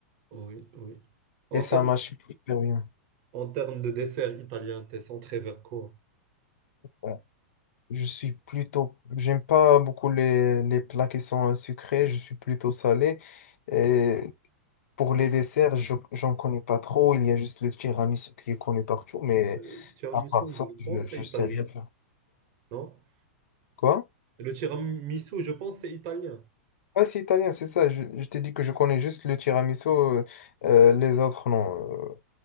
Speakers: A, on the right; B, on the left.
A: oui, oui. En
B: et ça
A: termes,
B: marche super bien.
A: en termes de dessert italien, t'es centré vers quoi?
B: Ouais. Je suis plutôt, j'aime pas beaucoup les, les plats qui sont euh, sucrés, je suis plutôt salé. Et Pour les desserts, je, j'en connais pas trop. Il y a juste le tiramisu qui est connu partout, mais
A: Le tiramisu,
B: à part ça,
A: je
B: je,
A: pense
B: je
A: c'est italien,
B: sais rien faire.
A: non?
B: Quoi?
A: Le tiramisu, je pense c'est italien.
B: Ah, c'est italien, c'est ça. Je, je t'ai dit que je connais juste le tiramisu, euh, euh, les autres, non. euh.